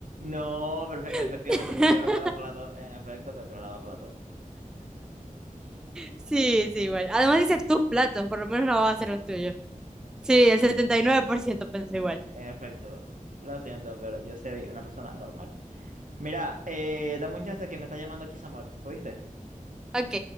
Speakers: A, on the right; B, in the centre.
A: No, prefe-
B: <laughs>
A: efectivamente, prefiero lavar plato. En efecto, prefiero lavar plato.
B: Sí, sí, igual. Además dice tus platos, por lo menos no vas a hacer los tuyos. Sí, el 79% pensó igual.
A: En efecto, lo siento, pero yo soy una persona normal. Mira, eh, dame un chance que me está llamando aquí Samuel, ¿oíste?
B: Ok.